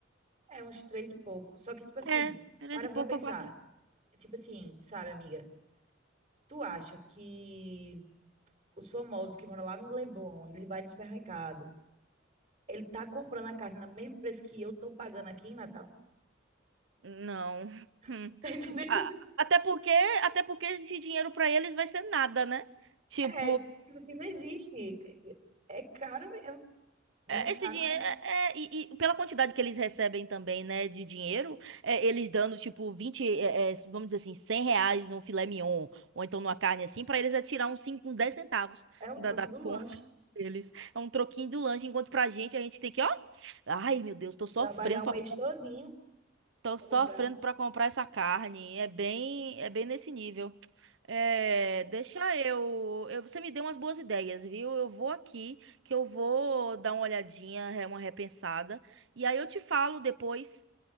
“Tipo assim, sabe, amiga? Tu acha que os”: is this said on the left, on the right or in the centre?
Right